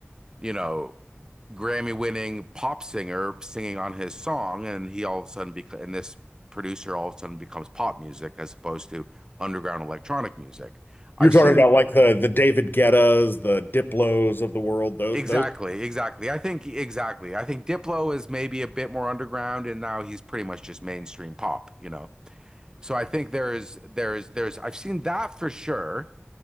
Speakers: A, on the right; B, on the left.
A: you know, Grammy winning pop singer singing on his song, and he all of a sudden beca- and this producer all of a sudden becomes pop music as opposed to underground electronic music. I've
B: You're talking
A: seen
B: about like the the David Guettas, the Diplos of the world. Those
A: exactly,
B: those.
A: exactly. I think exactly. I think Diplo is maybe a bit more underground, and now he's pretty much just mainstream pop, you know. So I think there is there is there's I've seen that for sure.